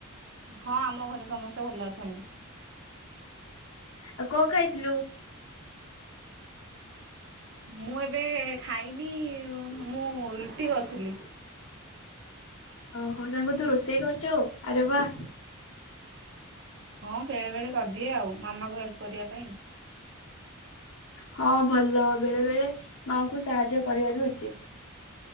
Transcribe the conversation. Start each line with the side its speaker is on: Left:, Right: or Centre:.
Right: ହଁ ଆମ ଘରେ ସମସ୍ତେ ଭଲ ଅଛନ୍ତି।
Left: ଆଉ କଣ ଖାଇଥିଲୁ?
Right: ମୁଁ ଏବେ ଖାଇନି ମୁଁ ରୁଟି କରୁଥିଲି।
Left: ଓହୋ ସାଙ୍ଗ ତୁ ରୋଷେଇ କରୁଚୁ ଆରେ ବା।
Right: ହଁ ବେଳେ ବେଳେ କରିଦିଏ ଆଉ, ମାମା କୁ ହେଲ୍ପ କରିବା ପାଇଁ।
Left: ହଁ ଭଲ ବେଳେ ବେଳେ ମାଙ୍କୁ ସାହାଯ୍ୟ କରିବା ବି ଉଚିତ୍।